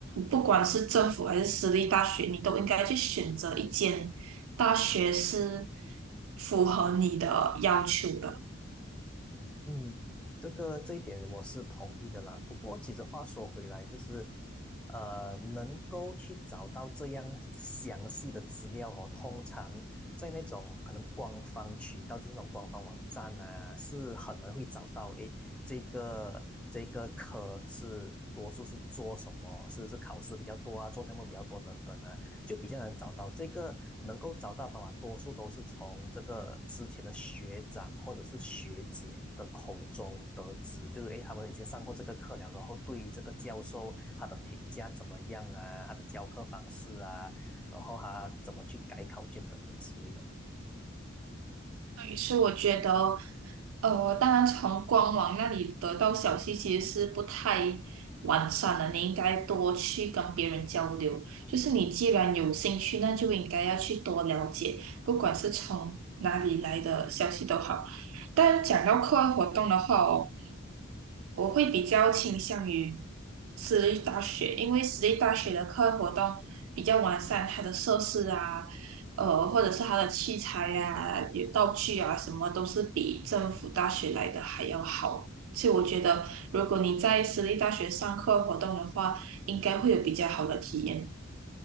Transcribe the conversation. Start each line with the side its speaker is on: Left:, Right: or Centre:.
Right: 不管是政府还是私立大学，你都应该去选择一间大学是符合你的要求的。
Centre: 嗯，这个这一点我是同意的啦。不过，其实话说回来，就是，呃，能够去找到这样详细的资料哦，通常在那种可能官方渠道，就是那种官方网站啊，是很难会找到。诶，这个这个科是多数是做什么？是是考试比较多啊，做项目比较多等等啊。就比较难找到。这个能够找到方法，多数都是从这个之前的学长或者是学姐的口中得知，就是诶，他们已经上过这个课了，然后对于这个教授他的评价怎么样啊，他的教课方式啊，然后他怎么去改考卷等等之类的。
Right: 对，所以我觉得，呃，当然从官网那里得到消息其实是不太完善的，你应该多去跟别人交流。就是你既然有兴趣，那就应该要去多了解，不管是从哪里来的消息都好。但讲到课外活动的话哦。我会比较倾向于私立大学，因为私立大学的课外活动比较完善，它的设施啊，呃，或者是它的器材啊、有道具啊，什么都是比政府大学来的还要好。所以我觉得，如果你在私立大学上课外活动的话，应该会有比较好的体验。